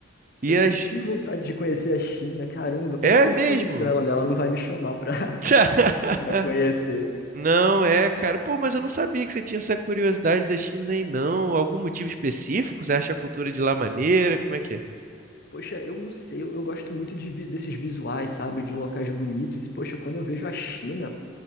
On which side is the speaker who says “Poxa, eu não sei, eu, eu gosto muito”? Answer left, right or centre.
Left